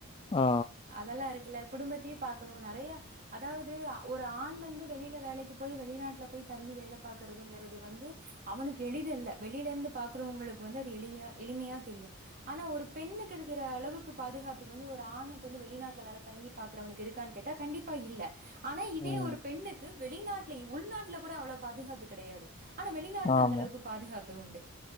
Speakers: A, on the left; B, on the right.
A: ஆ.
B: அதெல்லா இருக்குல்ல குடும்பத்தையு பாக்கணு நெறைய அதாவுது ஒரு ஆண் வந்து வெளில வேலைக்கு போய் வெளிநாட்ல போய் தங்கி வேல பாக்குறதுங்குறது வந்து அவனுக்கு எளிதல்ல வெளிலருந்து பாக்குறவுங்களுக்கு வந்து அது எளிய எளிமையா தெரியு ஆனா ஒரு பெண்ணுக்கு இருக்குற அளவுக்கு பாதுகாப்புக்கு வந்து ஒரு ஆணுக்கு வந்து வெளிநாட்ல வேல தங்கி பாக்குறவனுக்கு இருக்கான் கேட்டா கண்டிப்பா இல்ல ஆனா இதே
A: ம்.
B: ஒரு பெண்ணுக்கு வெளிநாட்ல உள்நாட்ல கூட அவ்ளோ பாதுகாப்பு கெடயாது ஆனா வெளிநாட்டுல
A: ஆமா.
B: அந்த அளவுக்கு பாதுகாப் பு உண்டு